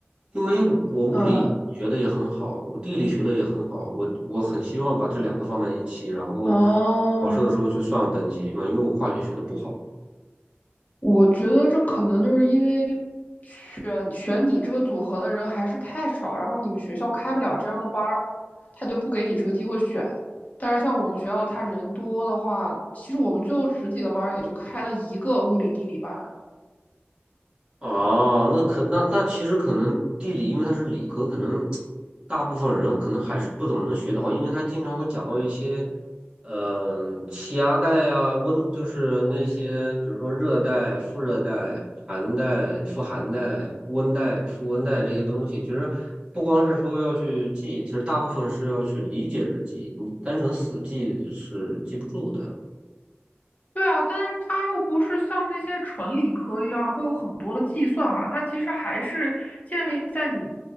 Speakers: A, on the right (about 20°); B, on the left (about 35°).
A: 因为我我物理学的也很好，
B: 嗯，
A: 我地理学的也很好，我我很希望把这两个放在一起，然后
B: 哦，
A: 考试的时候去算等级嘛，因为我化学学的不好。
B: 我觉得这可能就是因为嗯选你这个组合的人还是太少，然后你们学校开不了这样的班儿，他就不给你这个机会选。但是像我们学校，他人多的话，其实我们最后十几个班儿也就开了一个物理地理班，
A: 哦，那可那那其实可能地理，因为它是理科，可能大部分人可能还是不怎么能学得好，因为他经常会讲到一些，嗯、气压带啊，温就是那些，比如说热带、副热带、寒带、副寒带、温带、副温带这些东西。其实不光是说要去记，其实大部分是要去理解着记，你单纯死记是记不住的。
B: 对啊，但是它又不是像那些纯理科一样会有很多的计算啊，它其实还是建立在你